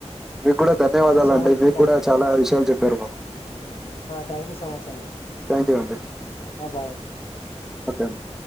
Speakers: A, in the centre; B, on the left.
A: మీకు కూడా ధన్యవాదాలండి
B: థ్యాంక్ యూ సో మచ్
A: మీకు
B: థ్యాంక్
A: కూడా
B: యూ
A: చాలా విషయాలు చెప్పారు మాకు
B: థ్యాంక్ యూ సో మచ్ అండి
A: థ్యాంక్ యూ అండి
B: బాయ్
A: ఓకే అండి